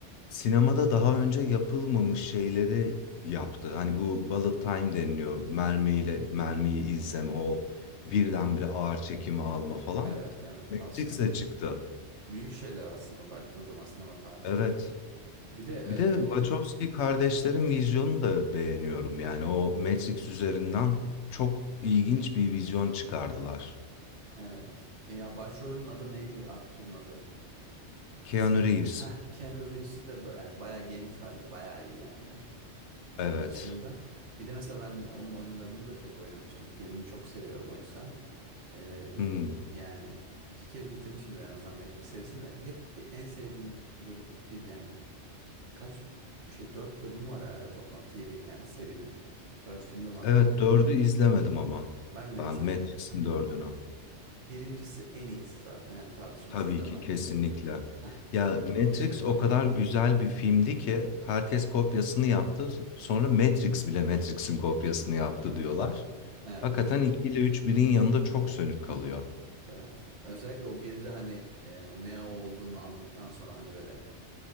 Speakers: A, on the left (about 75°); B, on the right (about 80°).
A: sinemada daha önce yapılmamış şeyleri yaptı. Hani bu bullet time deniliyor. Mermiyle mermiyi izlem o birdenbire ağır çekimi alma falan.
B: Evet evet
A: Matrix'e
B: aslında
A: çıktı.
B: büyük şeyler aslında baktığın zaman sinema tarihinde.
A: Evet.
B: Bir de
A: Bir
B: e,
A: de Wachowski kardeşlerin
B: Aha.
A: vizyonunu da beğeniyorum. Yani o Matrix üzerinden çok ilginç bir vizyon çıkardılar.
B: evet E, ya başrolün adı neydi aktörün adı?
A: Keanu
B: İsm
A: Reeves.
B: Heh, <laughs> Keanu Reeves'i de ba- yani bayağı genç hali bayağı iyi yani.
A: Evet.
B: Onun dışında bir de mesela ben onun oyunlarını da çok oynamıştım. Filmini çok seviyorum o yüzden. E,
A: Hmm.
B: yani iki kez bitirmişimdir en azından Matrix serisini de hep e, en sevdiğim böyle fil yani kaç şey dört bölümü var herhalde toplam T V yani serinin. Dört filmi var.
A: Evet dördü izlemedim ama.
B: Ben de
A: Ben
B: izlemedim.
A: Matrix'in dördünü.
B: Birincisi en iyisi zaten yani tartışmasız
A: Tabii
B: değil
A: ki
B: mi?
A: kesinlikle.
B: Heh,
A: Ya
B: yani
A: Matrix
B: bunu sevindim.
A: o kadar güzel bir filmdi ki herkes kopyasını yaptı. Sonra Matrix bile Matrix'in kopyasını yaptı diyorlar.
B: Evet.
A: Hakikaten 2 ile 3 birin yanında çok sönük kalıyor.
B: Evet. Özellikle o bir de hani e, ne olduğunu anladıktan sonra hani böyle